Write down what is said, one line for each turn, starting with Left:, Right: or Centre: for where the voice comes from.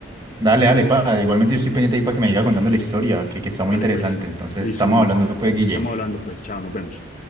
Right: Dale, dale, pa, igualmente yo estoy pendiente ahí para que me siga contando la historia, que, que está muy
Left: Vale,
Right: interesante.
Left: pues,
Right: Entonces
Left: listo,
Right: estamos
Left: mi niño,
Right: hablando pues, Guille.
Left: estamos hablando, pues, chao, nos vemos.